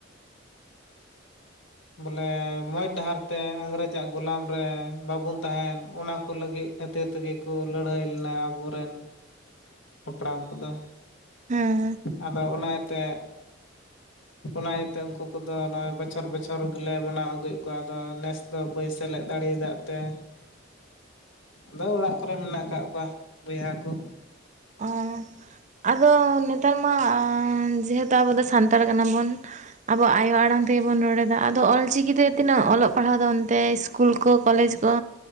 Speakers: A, on the left; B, on the right.
A: ᱵᱚᱞᱮ ᱢᱚᱸᱡᱽ ᱰᱟᱦᱟᱨ ᱛᱮ ᱟᱝᱨᱮᱡᱟᱜ ᱜᱩᱞᱟᱢ ᱨᱮ ᱵᱟᱵᱚᱱ ᱛᱟᱦᱮᱱ ᱚᱱᱟ ᱠᱚ ᱞᱟᱹᱜᱤᱫ ᱠᱷᱟᱹᱛᱤᱨ ᱛᱮᱜᱮ ᱠᱚ ᱞᱟᱹᱲᱦᱟᱹᱭ ᱞᱮᱱᱟ ᱟᱵᱚ ᱨᱮᱱ ᱦᱟᱯᱲᱟᱢ ᱠᱚᱫᱚ
B: ᱦᱮᱸ
A: ᱟᱫᱚ ᱚᱱᱟ ᱤᱭᱟᱹ ᱛᱮ ᱚᱱᱟ ᱤᱭᱟᱹ ᱛᱮ ᱩᱱᱠᱩ ᱠᱚᱫᱚ ᱱᱚᱜᱼᱚᱭ ᱵᱚᱪᱷᱚᱨ ᱵᱚᱪᱷᱚᱨ ᱜᱮᱞᱮ ᱢᱟᱱᱟᱣ ᱟᱹᱜᱩᱭᱮᱫ ᱠᱚᱣᱟ ᱟᱫᱚ ᱱᱮᱥ ᱫᱚ ᱵᱟᱹᱧ ᱥᱮᱞᱮᱫ ᱫᱟᱲᱮᱭᱟᱫᱟᱜ ᱛᱮ ᱟᱫᱚ ᱚᱲᱟᱜ ᱠᱚᱨᱮ ᱢᱮᱱᱟᱜ ᱟᱠᱟᱜ ᱠᱚᱣᱟ ᱵᱚᱭᱦᱟ ᱠᱚ
B: ᱚᱻ ᱟᱫᱚ ᱱᱮᱛᱟᱨ ᱢᱟ ᱡᱮ ᱦᱮᱛᱩ ᱟᱵᱚ ᱫᱚ ᱥᱟᱱᱛᱟᱲ ᱠᱟᱱᱟ ᱵᱚᱱ ᱟᱵᱚᱣᱟᱜ ᱟᱭᱳ ᱟᱲᱟᱝ ᱛᱮᱜᱮ ᱵᱚᱱ ᱨᱚᱲᱮᱫᱟ ᱟᱫᱚ ᱚᱞ ᱪᱤᱠᱤ ᱛᱮ ᱛᱤᱱᱟᱹᱜ ᱚᱞᱚᱜ ᱯᱟᱲᱦᱟᱣ ᱫᱚ ᱚᱱᱛᱮ ᱤᱥᱠᱩᱞ ᱠᱚ ᱠᱚᱞᱮᱡᱽ ᱠᱚ